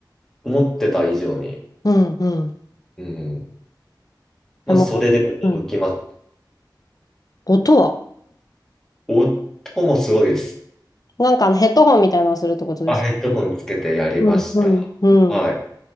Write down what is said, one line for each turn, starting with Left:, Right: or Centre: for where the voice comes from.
Centre: 思ってた以上に。
Left: うんうん。
Centre: うん。まあ、
Left: でも、
Centre: それで驚きます。
Left: うん。音は
Centre: 音もすごいです。
Left: なんかあのヘッドホンみたいなのするってことです
Centre: あ、ヘッドホンつけてやりました。
Left: よね。うんうんうん。
Centre: はい。